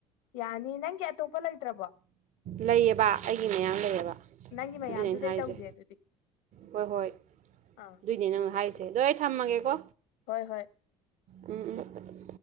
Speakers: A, on the left (about 75°); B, on the right (about 50°).
A: ꯌꯥꯅꯤ ꯅꯪꯒꯤ ꯑꯇꯣꯞꯄ ꯂꯩꯇ꯭ꯔꯕꯣ
B: ꯂꯩꯌꯦꯕ ꯑꯩꯒꯤ ꯃꯌꯥꯝ ꯂꯩꯌꯦꯕ
A: ꯅꯪꯒꯤ ꯃꯌꯥꯝꯗꯨꯗꯩ
B: ꯑꯗꯨꯅꯦ ꯑꯩꯅ ꯍꯥꯏꯁꯦ
A: ꯇꯧꯁꯦ ꯑꯗꯨꯗꯤ
B: ꯍꯣꯏ ꯍꯣꯏ
A: ꯑꯥ
B: ꯑꯗꯨꯏꯅꯦ ꯅꯪ ꯍꯥꯏꯔꯤꯁꯦ ꯑꯗꯣ ꯑꯩ ꯊꯝꯃꯒꯦꯀꯣ
A: ꯍꯣꯏ ꯍꯣꯏ
B: ꯎꯝ ꯎꯝ